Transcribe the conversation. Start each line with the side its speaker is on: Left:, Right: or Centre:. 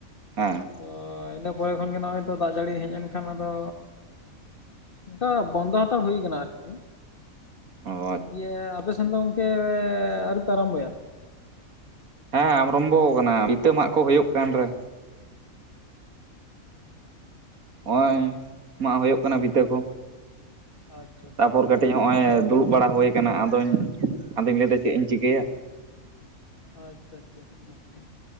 Right: ᱦᱮᱸ
Left: ᱛᱚ ᱤᱱᱟᱹ ᱯᱚᱨᱮ ᱠᱷᱚᱱ ᱜᱮ ᱱᱚᱜᱼᱚᱭ ᱛᱚ ᱫᱟᱜ ᱡᱟᱹᱲᱤ ᱦᱮᱡ ᱮᱱ ᱠᱷᱟᱱ ᱟᱫᱚ ᱚᱱᱠᱟ ᱛᱷᱟᱲ ᱦᱩᱭ ᱠᱟᱱᱟ ᱟᱨᱠᱤ,
Right: ᱚ
Left: ᱫᱤᱭᱮ ᱟᱯᱮ ᱥᱮᱱ ᱫᱚ ᱜᱚᱝ ᱠᱮᱻ ᱟᱹᱣᱨᱤ ᱯᱮ ᱟᱨᱚᱢ ᱵᱚᱭᱟ?
Right: ᱦᱮᱸ ᱟᱢᱨᱚᱢᱵᱚ ᱟᱠᱟᱱᱟ ᱵᱷᱤᱛᱟᱹ ᱢᱟᱜ ᱠᱚ ᱦᱩᱭᱩᱜ ᱠᱟᱱ ᱨᱮ ᱦᱚᱜᱼᱚᱭ ᱢᱟᱜ ᱦᱩᱭᱩᱜ ᱠᱟᱱᱟ ᱵᱤᱛᱟᱹ ᱠᱚ᱾
Left: ᱟᱪᱪᱷᱟ ᱟᱪᱪᱷᱟ
Right: ᱛᱟᱯᱚᱨ ᱠᱟᱹᱴᱤᱡ ᱦᱚᱸᱜᱼᱚᱭ ᱫᱩᱲᱩᱵ ᱵᱟᱲᱟ ᱦᱩᱭ ᱠᱟᱱᱟ ᱟᱫᱚᱧ ᱟᱫᱚᱧ ᱞᱟᱹᱭᱫᱟ ᱪᱮᱫ ᱤᱧ ᱪᱤᱠᱟᱹᱭᱟ
Left: ᱟᱪᱪᱷᱟ ᱟᱪᱪᱷᱟ ᱟᱪᱪᱷᱟ᱾